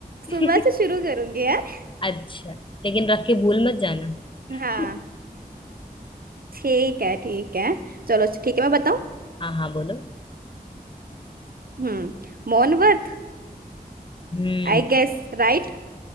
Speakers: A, on the left (about 30°); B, on the right (about 65°).
A: <laughs>
B: सुबह से शुरू करूंगी यार
A: अच्छा लेकिन रख के भूल मत जाना
B: हाँ
A: <laughs>
B: ठीक है ठीक है चलो ठीक है मैं बताऊं
A: हाँ हाँ बोलो
B: हम्म मौन व्रत
A: हम्म
B: I guess right